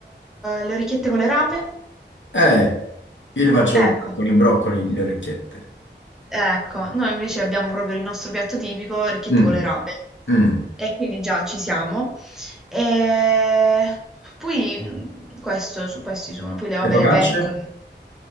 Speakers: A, in the centre; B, on the left.
A: le orecchiette con le rape,
B: Eh, io le faccio
A: ecco.
B: con i broccoli le orecchiette.
A: Ecco, noi invece abbiamo proprio il nostro piatto tipico, orecchiette
B: Mm.
A: con le rape.
B: Mm.
A: E quindi già ci siamo. E poi mh, questo, su, questi sono, poi le, vabbè,
B: Le focacce?
A: le pet.